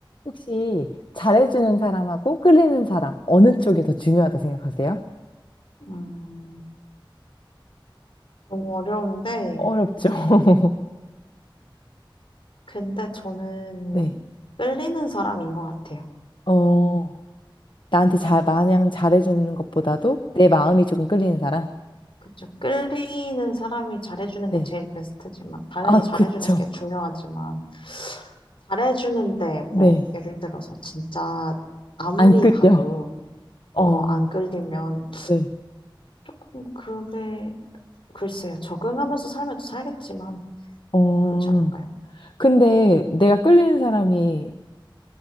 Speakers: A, on the left; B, on the left.
A: 혹시 잘해주는 사람하고 끌리는 사람, 어느 쪽이 더 중요하다 생각하세요?
B: 음, 너무 어려운데,
A: 어렵죠. <laughs>
B: 음, 근데 저는
A: 네.
B: 끌리는 사람인 것 같아요.
A: 어, 나한테 잘, 마냥 잘해주는 것보다도 내 마음이 조금 끌리는 사람?
B: 그죠? 끌리는 사람이 잘해주는
A: 네.
B: 게 제일 베스트지만, 당연히
A: 아,
B: 잘해주는
A: 그쵸.
B: 게 중요하지만, 잘해주는데,
A: 네.
B: 뭐, 예를 들어서 진짜 아무리
A: 안 끌려.
B: 봐도, 어,
A: 어,
B: 안 끌리면,
A: 네.
B: 조금 그게, 글쎄요. 적응하면서 살면 또 살겠지만,
A: 어,
B: 그렇지 않을까요?
A: 근데 내가 끌리는 사람이